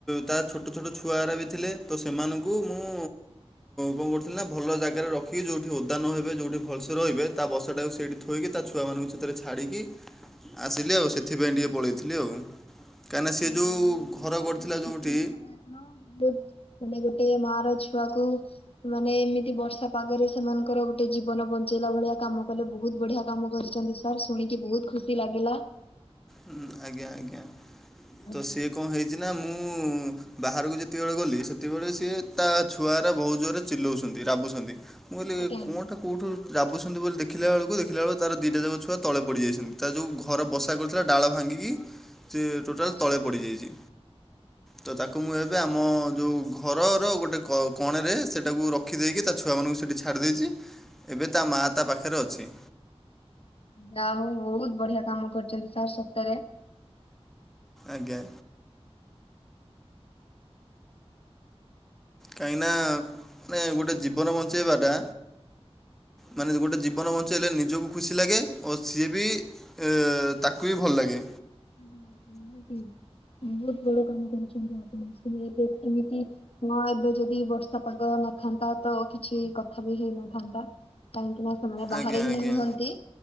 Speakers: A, in the centre; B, on the left (about 60°).
A: ତା ଛୋଟ ଛୋଟ ଛୁଆରା ବି ଥିଲେ ତ ସେମାନଙ୍କୁ ମୁଁ କଣ କରୁଥିଲି ନା ଭଲ ଜାଗାରେ ରଖି ଯୋଉଠି ଓଦା ନ ହେବେ ଯୋଉଠି ଭଲସେ ରହିବେ ତା ବଷାକୁ ସେଇଠି ଥୋଇକି ତା ଛୁଆମାନଙ୍କୁ ସେଥିରେ ଛାଡ଼ିକି ଆସିଲି ଆଉ ସେଥିପାଇ ଟିକେ ପଳେଇଥିଲି ଆଉ। କାହିଁକିନା ସିଏ
B: ଆପଣ
A: ଯେଉଁ
B: ବୋହୁତ ବଢିଆ
A: ଘର କରିଥିଲା
B: କରିଛନ୍ତି
A: ଯେଉଁଠି
B: ସାର ଆପଣ ବୋହୁତ ମାନେ ଗୋଟେ ମାର ଛୁଆକୁ ସେମାନେ ଏମିତି ବର୍ଷା ପାଗରେ ସେମାନଙ୍କର ଗୋଟେ ଜୀବନ ବଞ୍ଚେଇଲା ଭଳିଆ କାମ କଲେ ବୋହୁତ ବଢିଆ କାମ କରିଛନ୍ତି। ସାର୍ ଶୁଣିକି ବୋହୁତ୍ ଖୁସି ଲାଗିଲା।
A: ହୁଁ ଆଜ୍ଞା ଆଜ୍ଞା।
B: ଆଜ୍ଞା
A: ତ ସିଏ କଣ ହେଇଛି ନା ମୁଁ ବାହାରକୁ ଯେତିକିବେଳେ ଗଲି ସେତିକିବେଳେ ସିଏ ତା ଛୁଆରା ବୋହୁତ୍ ଜୋରେ ଚିଲଉଛନ୍ତି ରାବୁଛନ୍ତି। ମୁଁ କଇଲି
B: ଆଜ୍ଞା
A: କୋଣ୍ଟା କେଉଠୁ ରାବୁଛନ୍ତି ବୋଲି ଦେଖିଲା ବେଳକୁ ଦେଖିଲା ବଳକୁ ତାର ଦିଇଟା ଯାକ ଛୁଆ ତଳେ ପଡ଼ିଯାଇଛନ୍ତି ତା ଯୋଉ ଘର ବସା କର ଡାଳ ଭାଙ୍ଗିକି ସିଏ ଟୋଟାଲ
B: ଆଚ୍ଛା
A: ତଳେ
B: ଆଚ୍ଛା
A: ପଡ଼ିଯାଇଛି। ତ ତାକୁ ମୁଁ ଆମ ଯୋଉ ଘରର ଗୋଟେ କଣରେ ସେଇଟାକୁ ରଖିଦେଇକି ତା ଛୁଆମାନଙ୍କୁ ସେଠି ଛାଡ଼ି ଦେଇଛି। ଏବେ ତା ମାଆ ତା ପାଖରେ ଅଛି।
B: ଯାହା ହଉ ବୋହୁତ୍ ବଢିଆ କାମ କରିଛନ୍ତି ସାର୍ ସତରେ।
A: ଆଜ୍ଞା। କାହିଁକିନା ନାଇଁ ଗୋଟେ ଜୀବନ ବଞ୍ଚେଇବାଟା ମାନେ ଗୋଟେ ଜୀବନ ବଞ୍ଚେଇଲେ ନିଜକୁ ଖୁସି ଲାଗେ ଓ ସିଏ ବି ଏ ତାକୁ ବି ଭଲ ଲାଗେ।
B: <unintelligible> <unintelligible> ବଡ କାମ କରିଚନ୍ତି ଆପଣ <unintelligible> ଏବେ କିମିତି ନା ଏବେ ଯଦି ବର୍ଷା ପାଗ ନଥାନ୍ତା ତ କିଛି କଥା ବି ହେଇନଥାନ୍ତା। କାହିଁକି ନା ସେମା ବାହାରେ
A: ଆଜ୍ଞା
B: ହିଁ
A: ଆଜ୍ଞା
B: ରୁହନ୍ତି